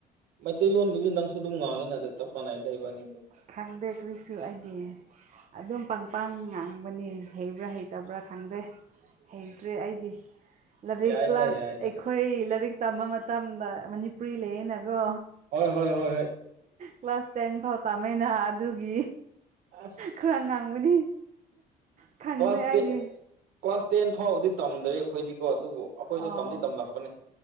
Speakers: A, on the right; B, on the right.
A: ꯃꯩꯇꯩꯂꯣꯟꯒꯤꯗꯤ ꯅꯪꯁꯨ ꯑꯗꯨꯝ ꯉꯥꯡꯉꯤꯅ ꯑꯗ ꯆꯞ ꯃꯥꯟꯅꯩꯗꯩꯕꯅꯤꯗꯣ
B: ꯈꯥꯡꯗꯦ ꯀꯔꯤꯁꯨ ꯑꯩꯗꯤ ꯑꯗꯨꯝ ꯄꯪꯄꯪ ꯉꯥꯡꯕꯅꯤ ꯍꯩꯕ꯭ꯔꯥ ꯍꯩ ꯍꯇꯕ꯭ꯔꯥ ꯈꯪꯗꯦ ꯍꯩꯇ꯭ꯔꯦ ꯑꯩꯗꯤ ꯂꯥꯏꯔꯤꯛ
A: ꯌꯥꯏꯗ
B: ꯀ꯭ꯂꯥꯁ
A: ꯌꯥꯏꯗ
B: ꯑꯩ ꯑꯩꯈꯣꯏ ꯂꯥꯏꯔꯤꯛ ꯇꯝꯕ ꯃꯇꯝꯗ ꯃꯅꯤꯄꯨꯔꯤ ꯂꯩ ꯑꯩꯅꯀꯣ
A: ꯍꯣꯏ ꯍꯣꯏ ꯍꯣꯏ ꯍꯣꯏ
B: ꯀ꯭ꯂꯥꯁ ꯇꯦꯟ ꯐꯥꯎ ꯇꯥꯃꯩꯅ ꯑꯗꯨꯒꯤ
A: ꯑꯁ
B: ꯈꯔ ꯉꯥꯡꯕꯅꯤ <unintelligible>
A: ꯀ꯭ꯂꯥꯁ ꯇꯦꯟ
B: ꯑꯩꯗꯤ
A: ꯀ꯭ꯂꯥꯁ ꯇꯦꯟ ꯐꯥꯎꯕꯗꯤ ꯇꯝꯗ꯭ꯔꯦ ꯑꯩꯈꯣꯏꯗꯤꯀꯣ ꯑꯗꯨꯕꯨ ꯑꯩꯈꯣꯏꯁꯨ
B: ꯑꯣ
A: ꯇꯝꯗꯤ ꯇꯝꯂꯛꯄꯅꯤ